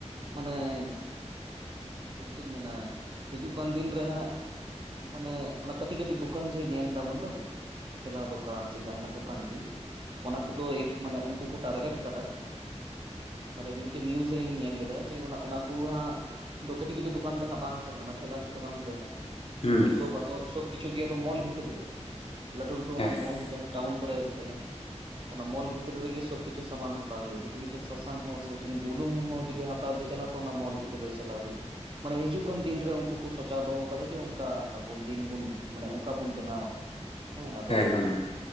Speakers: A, on the right; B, on the left.
A: ᱢᱟᱱᱮ ᱼᱼ ᱚᱱᱮ ᱪᱤᱜ ᱤᱧ ᱢᱮᱱᱟ ᱦᱤᱡᱩᱜ ᱠᱟᱱ ᱫᱤᱱ ᱨᱮ ᱦᱟᱸᱜᱼᱼ ᱢᱟᱱᱮ ᱚᱱᱟ ᱠᱟᱹᱴᱤᱡ ᱠᱟᱹᱴᱤᱡ ᱫᱚᱠᱟᱱ ᱡᱮ ᱧᱮᱞ ᱫᱟᱵᱚᱱ ᱵᱟᱝ? ᱠᱮᱞᱟ ᱫᱚᱠᱟᱱ ᱥᱮ ᱡᱟᱦᱟᱸ ᱱᱟᱜ ᱫᱚᱠᱟᱱ ᱜᱮ, ᱚᱱᱟ ᱠᱚᱫᱚᱭ ᱢᱟᱱᱮ ᱩᱱᱠᱩ ᱠᱚ ᱴᱟᱨᱜᱮᱴᱼᱼ ᱠᱟᱫᱟ, ᱢᱟᱱᱮ ᱢᱤᱫᱴᱮᱱ ᱱᱤᱭᱩᱡ ᱨᱤᱧ ᱧᱮᱞ ᱞᱮᱫᱟ ᱡᱮ ᱚᱱᱟ ᱚᱱᱟ ᱠᱩ ᱦᱟᱸᱜᱼᱼ ᱫᱚ ᱠᱟᱹᱴᱤᱡ ᱠᱟᱹᱴᱤᱡ ᱫᱚᱠᱟᱱ ᱫᱚ ᱦᱟᱸᱜ ᱵᱟᱝ ᱛᱮᱦᱮᱱᱟ ᱚᱱᱟ ᱴᱷᱮᱞᱟ ᱠᱩᱫᱚ ᱵᱟᱝ ᱛᱮᱦᱮᱱᱟ ᱾
B: ᱦᱩᱸ
A: ᱟᱫᱚ
B: ᱦᱮᱸ
A: ᱥᱳᱵᱽ ᱟᱫᱚ ᱥᱚᱵᱽ ᱠᱤᱪᱷᱩ ᱜᱮ ᱟᱫᱚ ᱢᱚᱞ ᱵᱷᱤᱛᱨᱤ ᱨᱮ ᱞᱟᱹᱴᱩ ᱞᱟᱹᱴᱩ
B: ᱦᱮᱸ
A: ᱚᱱᱟ ᱢᱚᱞ ᱡᱟᱦᱟᱸᱼᱼ ᱴᱟᱣᱩᱱ ᱠᱚᱨᱮ ᱛᱮᱦᱮᱸᱱ ᱚᱱᱟ ᱢᱚᱞ ᱵᱷᱤᱛᱨᱤ ᱨᱮᱜᱮ ᱠᱤᱪᱷᱩᱥᱼᱼ ᱥᱟᱢᱟᱱ ᱦᱟᱛᱟᱣ ᱦᱩᱭᱩᱜ-ᱟ ᱡᱩᱫᱤ ᱢᱤᱫᱴᱮᱡ ᱥᱟᱥᱟᱝ ᱦᱚᱸ ᱥᱮ ᱢᱤᱫᱴᱮᱱ ᱵᱩᱞᱩᱝ ᱦᱚᱸ ᱡᱩᱫᱤ ᱦᱟᱛᱟᱣ ᱞᱟᱹᱜᱤᱫ ᱪᱟᱞᱟᱜ-ᱟ ᱛᱚ ᱚᱱᱟ ᱢᱚᱞ ᱵᱷᱤᱛᱨᱤ ᱨᱮ ᱪᱟᱞᱟᱣ‌ ᱦᱩᱭᱩᱜ-ᱟ᱾ ᱢᱟᱱᱮ ᱦᱤᱡᱩᱜ ᱠᱟᱱ ᱫᱤᱱ ᱨᱮ ᱩᱱᱠᱩ ᱠᱚ ᱥᱚᱪᱟᱣ ᱫᱚᱦᱚᱣ ᱠᱟᱫᱟ ᱡᱮ ᱚᱱᱠᱟ ᱟᱵᱩ ᱫᱤᱱ ᱵᱩᱱ ᱢᱟᱱᱮ ᱚᱱᱠᱟ ᱵᱩᱱ ᱵᱮᱱᱟᱣᱟ᱾ ᱦᱮᱸ ᱟᱫᱚ
B: ᱮᱠᱫᱚᱢ ᱮᱠᱫᱚᱢ